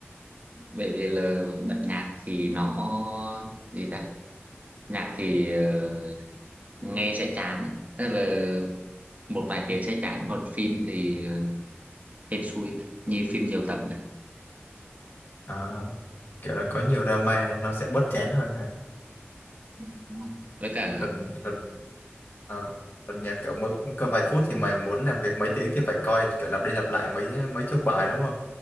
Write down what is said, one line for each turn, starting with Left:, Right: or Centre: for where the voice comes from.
Right: bởi vì là bật nhạc thì nó gì ta nhạc thì ờ, nghe sẽ chán tức là một vài tiếng sẽ chán còn phim thì hên xui như phim nhiều tập này
Left: À, kiểu là có nhiều drama nên nó sẽ bớt chán hơn hả?
Right: Ừ, đúng rồi. với cả
Left: Còn còn Ờ, còn nhạc kiểu mỗi có vài phút thì mày muốn làm việc mấy tiếng thì phải coi kiểu lặp đi lặp lại mấy mấy chục bài đúng không?